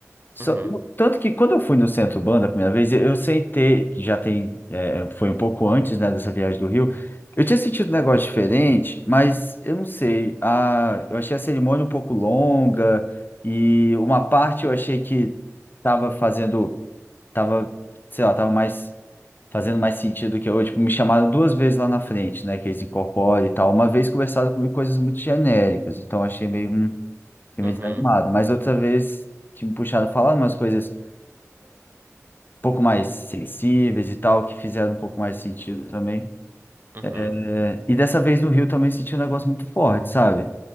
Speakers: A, on the left; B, on the right.
A: Só-
B: uhum,
A: um, tanto que quando eu fui no Centro Banda a primeira vez, eu eu sentei, já tem, é, foi um pouco antes, né, dessa viagem do Rio, eu tinha sentido um negócio diferente, mas eu não sei, a, eu achei a cerimônia um pouco longa e uma parte eu achei que tava fazendo, tava, sei lá, tava mais, fazendo mais sentido que eu, tipo, me chamaram duas vezes lá na frente, né, que eles incorporam e tal, uma vez conversaram comigo coisas muito genéricas, então achei meio, hum, fiquei
B: uhum,
A: meio desanimado, mas outra vez que me puxaram falando umas coisas pouco mais sensíveis e tal, que fizeram um pouco mais sentido também.
B: uhum,
A: É, E dessa vez no Rio também senti um negócio muito forte, sabe?